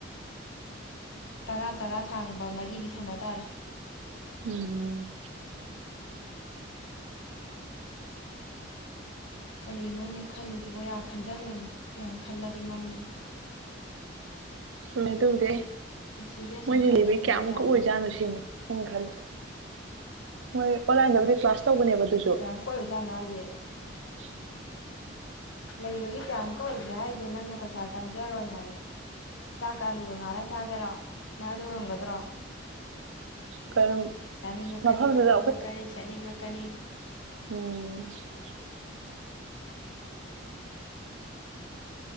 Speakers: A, on the left; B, on the right.
A: ꯇꯔꯥ ꯇꯔꯥ ꯁꯥꯡꯕ ꯃꯔꯤꯗꯤ ꯁꯥꯟꯅ ꯇꯥꯔꯦ
B: ꯎꯝ
A: ꯀꯔꯤꯅꯣꯅꯦ ꯈꯜꯂꯤꯗꯨꯕꯣ ꯌꯥꯝ ꯈꯟꯖꯜꯂꯨꯅꯨ ꯌꯥꯝ ꯈꯜꯂꯗꯤ ꯃꯝꯃꯅꯤ
B: ꯃ ꯑꯗꯨ ꯎꯗꯦ
A: ꯄꯨꯟꯁꯤꯁꯦ
B: ꯃꯣꯏꯗꯤꯂꯤꯚꯔꯤ
A: ꯁꯨꯝ ꯈꯟꯖꯤꯟꯈ꯭ꯔꯗꯤ
B: ꯀꯌꯥꯃꯨꯛꯀ
A: ꯌꯥꯔꯔꯣꯏ
B: ꯑꯣꯏꯖꯥꯠꯅꯣ ꯁꯤꯅꯤ ꯑꯩꯅ ꯈꯜꯂꯦ ꯃꯣꯏ ꯑꯣꯟꯂꯥꯏꯟꯗꯕꯨꯗꯤ ꯀ꯭ꯂꯥꯁ ꯇꯧꯕꯅꯦꯕ ꯑꯗꯨꯁꯨ
A: ꯀꯌꯥꯝ ꯀꯣꯏꯏꯖꯥꯠꯅꯣ ꯍꯥꯏꯌꯦꯦ
B: <unintelligible>
A: ꯂꯩꯕꯒꯤꯦ ꯀꯌꯥꯃꯨꯛꯀ ꯑꯣꯏꯒꯦ ꯍꯥꯏꯗꯤꯦ ꯅꯪꯅ ꯄꯩꯁꯥ ꯆꯪꯖꯔꯣꯏ ꯍꯥꯏ ꯆꯥꯛ ꯀꯥꯂꯨꯒ ꯉꯥꯔ ꯆꯥꯒꯦꯔꯣ ꯅꯪ ꯑꯗꯨ ꯉꯝꯒꯗ꯭ꯔꯣ
B: ꯀꯩꯅꯣ
A: ꯆꯥꯅꯤꯡꯉꯛꯀꯅꯤ
B: ꯃꯐꯝꯗꯨꯗ
A: ꯊꯛꯅꯤꯡꯉꯛꯀꯅꯤ ꯁꯦꯠꯅꯤꯡꯉꯛꯀꯅꯤ
B: ꯑꯣ